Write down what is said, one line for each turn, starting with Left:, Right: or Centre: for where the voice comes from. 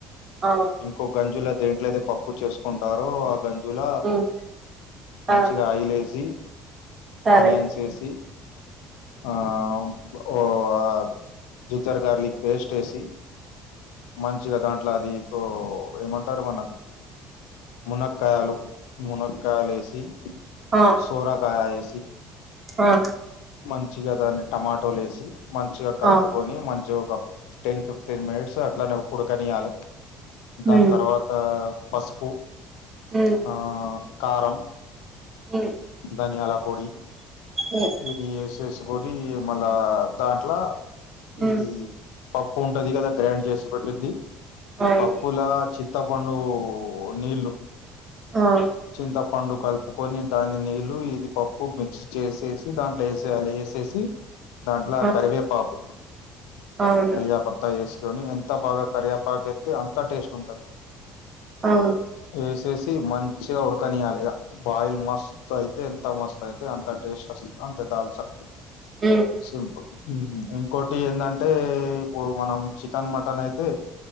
Right: ఆ
Left: ఇంకో గంజుల్లో దేంట్లోదే పప్పు చేసుకుంటారు గంజుల
Right: ఉమ్
Left: మంచిగా
Right: ఆ
Left: ఆయిలేసి
Right: సరే
Left: ఆనియన్స్ వేసి ఆ ఓ ఆ జింజర్ గార్లిక్ పేస్ట్ వేసి మంచిగా దాంట్లో అది తో ఏమంటారు మనది మునక్కాయలు మునక్కాయలు వేసి
Right: ఆ
Left: సోరకాయ ఏసి
Right: ఆ
Left: మంచిగా దాన్ని టమాటోలు ఏసి మంచిగా కలుపుకొని
Right: ఆ
Left: మంచిగా ఒక టెన్ ఫిఫ్టీన్ మినిట్స్ అట్లనే ఉడకనియాలి దాని
Right: ఉమ్
Left: తర్వాత పసుపు
Right: ఉమ్
Left: ఆ కారం
Right: ఉ
Left: ధనియాల పొడి
Right: ఉమ్
Left: ఇది ఏసేసి తోని మళ్ళా దాంట్లో
Right: ఉమ్
Left: ఇది పప్పు ఉంటది కదా గ్రైండ్ చేసి పెట్టింది
Right: అవును
Left: పప్పులా చింతపండు ఓ నీళ్లు
Right: ఆ
Left: చింతపండు కలుపుకొని దాని నీళ్ళు ఇది పప్పు మిచ్ చేసేసి దాంట్లో వేసేయాల వేసేసి దాంట్లో
Right: ఆ
Left: కరివేపాకు
Right: అవును
Left: అంతా వేసుకొని ఎంత బాగా కరిపాకు ఎత్తే అంత టేస్ట్ ఉంటది
Right: ఆ
Left: వేసేసి మంచిగా ఉడకనియాలి ఇక బాయిల్ మస్ అయితే ఎంత మస్తు అయితే అంత టేస్ట్ వస్తది అంతే దాల్చా
Right: ఉ
Left: సింపుల్ ఇంకోటి ఏంటంటే ఇప్పుడు మనం చికెన్ మటన్ అయితే